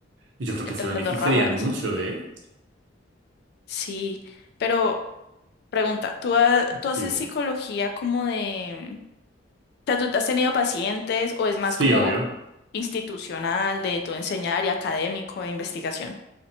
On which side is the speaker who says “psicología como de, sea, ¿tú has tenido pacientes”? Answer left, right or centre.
Left